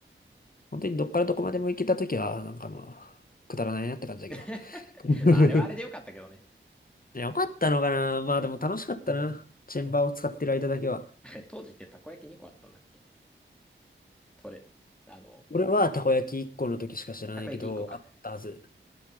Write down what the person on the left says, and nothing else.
本当にどっからどこまでも行けたときは、なんかまあ、くだらないなって感じだけど。
<laughs>
いよかったのかなまあでも楽しかったな。チェンバーを使ってる間だけは。
俺はたこ焼き1個の時しか知らないけど、
あったはず。